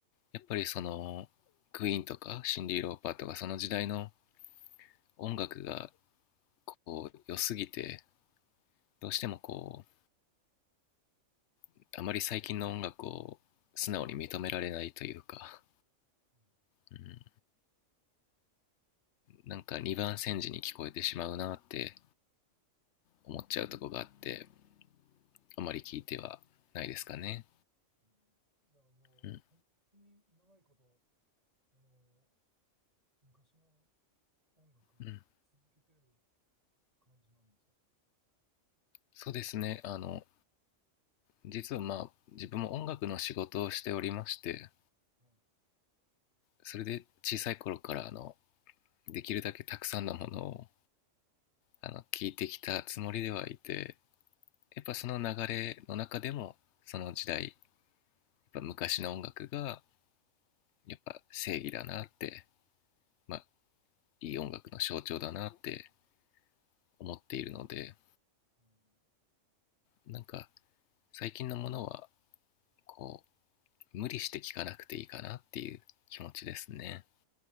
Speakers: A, on the left (about 65°); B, on the right (about 30°).
A: やっぱりそのクイーンとかシンディ・ローパーとかその時代の音楽がこう良すぎてどうしてもこうあまり最近の音楽を素直に認められないというか、
B: うん。
A: うん、なんか二番煎じに聞こえてしまうなって思っちゃうとこがあってあまり聞いてはないですかね。
B: うん、じゃあもう、
A: うん
B: 本当に長いこと、あの、昔の音楽を聴き続けてる
A: うん、
B: 感じなんですよ。
A: そうですねあの実はまあ自分も音楽の仕事をしておりまして
B: うん。
A: それで小さい頃からあのできるだけたくさんのものをあの聞いてきたつもりではいてやっぱその流れの中でもその時代やっ
B: よ
A: ぱ昔の音楽がやっぱ正義だなって、まあ、いい音楽の象徴だなって思っているので
B: あの、
A: なんか最近のものはこう無理して聴かなくていいかなっていう気持ちですね。